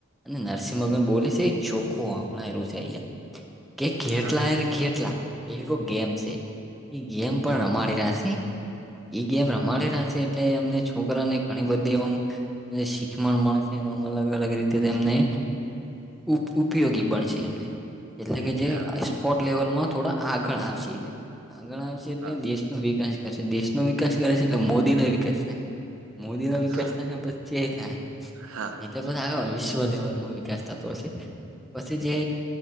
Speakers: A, in the centre; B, on the right.
A: અને નરસિંહ મગન બોલે છે ચોખું હમણાં એ રજયા કે કેેટલા
B: હા
A: હ ખેટલા એવ ગેમ છે એ ગેમ પણ
B: હમ
A: રમાડીલા છે એ ગેમ રમાડી રહ છે એટલે અમને છોકરાને ઘણી બધી એમ શિકખષણ મળ છે એ અલગ અલગ રીતે તેમને ઉપ ઉપયોગી બનશે એમને એટલે કે જે
B: હા
A: સ્પોટ લેવલમાં થોડા આગળ આવશે આગળ આવશે એટલે
B: હા
A: દેશનોો વિકાસ કર છે દેશનોો વિકાસ કરે છે એટલે મોદી નો વિકાસ થાય મોદી નો વિકાસ
B: હા
A: થાય પછ ચે થાય
B: હા
A: એટલે બછ આ વિશ્વ લેવલમાં વિકાસ થતો હશે પછી જે